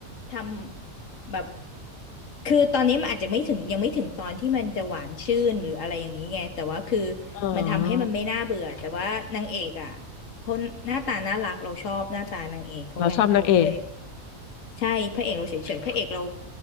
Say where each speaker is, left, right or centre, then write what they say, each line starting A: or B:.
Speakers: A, on the left; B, on the left.
A: ทำแบบคือตอนนี้มันอาจจะไม่ถึงยังไม่ถึงตอนที่มันจะหวานชื่นหรืออะไรอย่างนี้ไงแต่ว่าคือ
B: อ๋อ
A: มันทำให้มันไม่น่าเบื่อแต่ว่านางเอกอ่ะเขาหน้าตาน่ารักเราชอบหน้าตานางเอกเขาไงเราก็เลย
B: เราชอบนางเอก
A: ใช่พระเอกเราเฉยๆพระเอกเรา